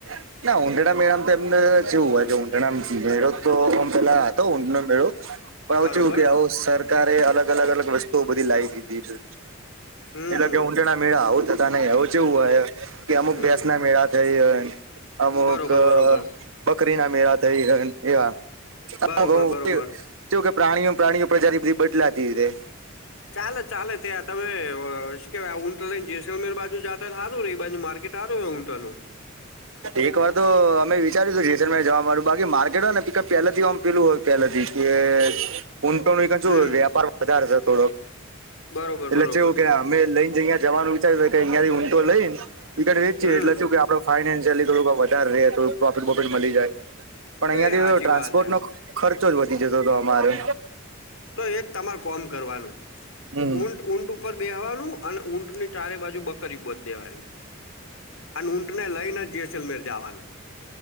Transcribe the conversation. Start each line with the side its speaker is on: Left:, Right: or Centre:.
Right: <unintelligible> ના ઊંઢેડા મેળામ તો એમને કેવું હોય છે ઊંટેડા મેળો તો આમ પેલા હતો ઊંટનો મેળો. પણ આવું
Left: બરોબર
Right: છું કે આવો સરકારે અલગ અલગ અલગ વસ્તુઓ બધી લાઈ દીધી છે.
Left: હમ
Right: એટલે કે ઊંટના મેળા આવું થતા એવું ચેવું હોય કે અમુક
Left: હમ
Right: ભેંસના મેળા થઈ અ અમુક
Left: બરોબર બરોબર
Right: બકરીના મેળા થઈઅ એવા. <unintelligible>
Left: બરોબર બરોબર
Right: કે પ્રાણીઓ પ્રાણીઓ પ્રજાતિ બધી બદલાતી રે.
Left: ચાલે ચાલે ત્યાં તમે શું કેવાય ઊંટો લઈને જેસલમેર બાજુ જાતા સારું રે એ બાજુ માર્ કેટ હારુ હે ઊંટો નું
Right: એક વાર તો અમે વિચાર્યું હતું જેસલમેરમાં જવા માનું બાકી માર્કેટ હોય ને પિકઅપ પેલાથી આમ પેલું હોય પહેલ થી કે ઊંટોને એકવાર જો
Left: હમ
Right: વ્યાપાર વધારે છે થોડોક
Left: બરોબર
Right: એટલે
Left: બરોબર
Right: ચેવું કે અમે લઈને જ્યાં જવાનું વિચાર્યું કે અહીંયાથી ઊંટો લઈને ઇકન વેચીએ
Left: હમ
Right: એટલે કે શું આપ ફાઈનાન્શિયલી થોડુંક વધારે રહે થોડું પ્રોફિટ બ્રોફિટ મળી જાય પણ અહીંયાથી
Left: એ સાચી
Right: ટ્રાન્સપોર્ટ
Left: વાત હે
Right: નો ખ ખર્ચો જ વધી જતો હતો અમારે.
Left: તો એક તમારે કોમ કરવાનું
Right: હમ
Left: ઊંટ ઊંટ ઉપર બેહવાનું અને ઊંટની ચારે બાજુ બકરી બોધ દેવાની. અને ઊંટને લઈને જ જેસલમેર જવાનું